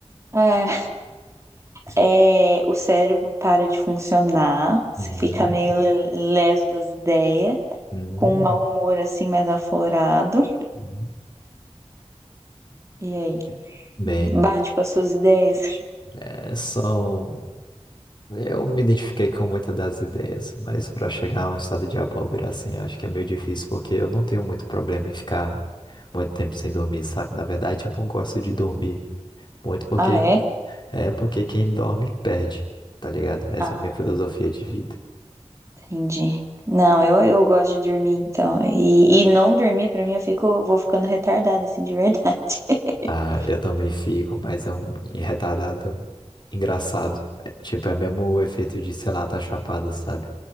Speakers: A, on the right; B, on the left.
A: É, é, o cérebro para de funcionar, você
B: Hum,
A: fica meio le- leso das ideias,
B: hum.
A: com um mau humor, assim, mais aflorado.
B: hum.
A: E aí?
B: Bem.
A: Bate com as suas ideias?
B: É, são. Eu me identifiquei com muitas das ideias, mas para chegar a um estado de abóbora, assim, acho que é meio difícil, porque eu não tenho muito problema em ficar muito tempo sem dormir, sabe? Na verdade, eu não gosto de dormir muito, porque
A: Ah, é?
B: é porque quem dorme perde, tá ligado? Essa
A: Ah,
B: é a minha filosofia de vida.
A: Entendi. Não, eu, eu gosto de dormir, então. E, e não dormir, pra mim, eu fico, vou ficando retardada, assim, de verdade. <laughs>
B: Ah, eu também fico, mas é um retardado engraçado. É, Tipo, é mesmo o efeito de, sei lá, tá chapado, sabe?